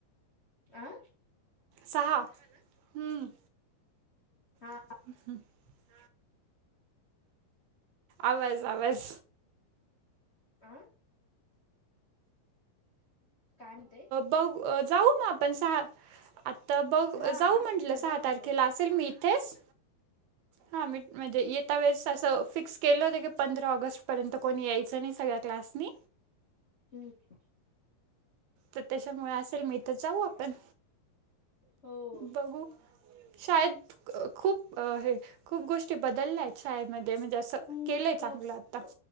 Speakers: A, on the left (about 60°); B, on the right (about 80°).
A: अ
B: सहा, हम्म
A: हा <unintelligible>
B: <unintelligible> आवाज आवाज
A: आं काय म्हणते
B: बघ जाऊ मग आपण सहा आ तर बघ
A: हा
B: जाऊ
A: असली
B: म्हंटलं
A: तर
B: सहा
A: जाऊ आपण
B: तारखेला असेल मी इथेच हा मी मग येता वेळी अस फिक्स केलं होतं की पंधरा ऑगस्टपर्यंत कोणी यायचं नाही सगळ्या क्लासनी,
A: हम्म
B: मुळे असेल मग इथं जाऊ आपण
A: हो
B: बघू शयद खूप अ हे खूप गोष्टी बदलल्या आहेत शाळेमध्ये म्हणजे, असं
A: खूप
B: केलं आहे चांगलं
A: जास्त
B: आत्ता